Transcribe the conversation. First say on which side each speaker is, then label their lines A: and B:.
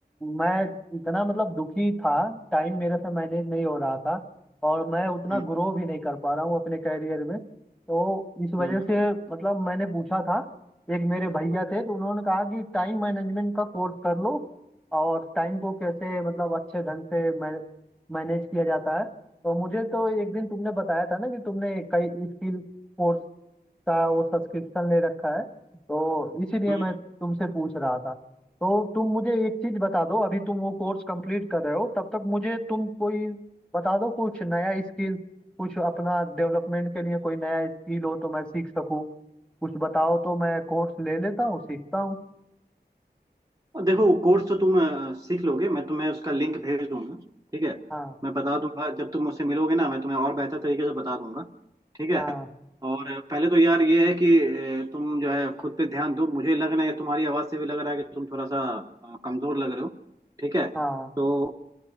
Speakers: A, in the centre; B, on the right.
A: मैं इतना मतलब दुखी था टाइम मेरे से मैनेज नहीं हो रहा था और मैं उतना
B: हम्म
A: ग्रो भी नहीं कर पा रहा हूँ अपने कैरियर में तो इस
B: हम्म
A: वजह से मतलब मैंने पूछा था एक मेरे भैया थे तो उन्होंने कहा कि टाइम मैनेजमेंट का कोर्स कर लो और टाइम को कैसे मतलब अच्छे ढंग से मैने, मैनेज किया जाता है तो मुझे तो एक दिन तुमने बताया था ना कि तुमने कई स्किल कोर्स का वो सब्सक्रिप्शन ले रखा है तो इसीलिए
B: हम्म
A: मैं तुमसे पूछ रहा था तो तुम मुझे एक चीज बता दो अभी तुम वो कोर्स कंप्लीट कर रहे हो तब तक मुझे तुम कोई बता दो कुछ नया स्किल कुछ अपना डेवलपमेंट के लिए कोई नया स्किल हो तो मैं सीख सकूं कुछ बताओ तो मैं कोर्स ले लेता हूँ सीखता हूँ
B: और देखो कोर्स तो तुम अ, सीख लोगे मैं तुम्हें उसका लिंक भेज दूंगा ठीक है
A: हाँ
B: मैं बता दूंगा जब तुम मुझसे मिलोगे ना मैं तुम्हें और बेहतर तरीके से बता दूंगा ठीक है
A: हाँ
B: और अ, पहले तो यार ये है कि अ, तुम जो है खुद पे ध्यान दो मुझे लग रहा है तुम्हारी आवाज़ से भी लग रहा है कि तुम थोड़ा सा अ, कमजोर लग रहे हो ठीक है
A: हाँ
B: तो